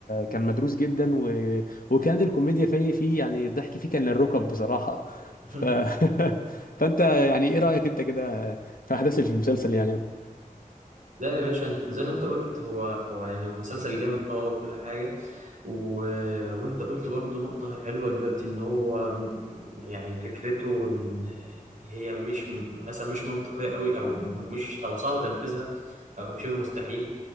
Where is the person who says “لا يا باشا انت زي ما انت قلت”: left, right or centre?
Right